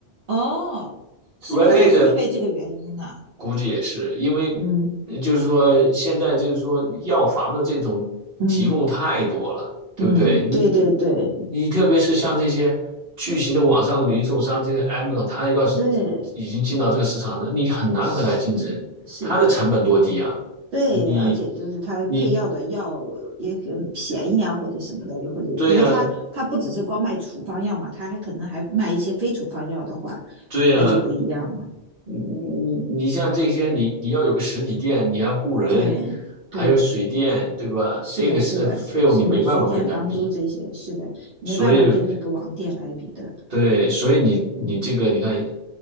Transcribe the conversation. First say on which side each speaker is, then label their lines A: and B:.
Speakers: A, on the right; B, on the right.
A: 哦，是不是也是因为这个原因呢？
B: Red A 的估计也是，因为
A: 嗯
B: 呃就是说现在就是说药房的这种提供太多了，
A: 嗯
B: 对不对？
A: 嗯，
B: 你
A: 对对对。
B: 你特别是像这些巨型的网上零售商，这个 m a z 它要是
A: 对，
B: 已经进到这个市场了，你很难和它竞争，
A: 是是的，
B: 它的成本多低啊！
A: 对，
B: 你
A: 而且就是它配药的药也很便宜啊，
B: 你
A: 或者什么的，又或者因为它它不只是光卖处方药嘛，
B: 对呀、
A: 它还可能还卖一些非处方药的话，
B: 对呀、
A: 那就不一样了。
B: 你你你像这些，你你要有个实体店，你要雇人，
A: 对对，
B: 还有水电，对吧？
A: 是的，
B: 这个是费用，
A: 是的，是水电房租这些，
B: 你没办法跟他比。
A: 是的，没办法跟那个网店来比的。
B: 所以，对，所以你你这个，
A: 嗯
B: 你看，呃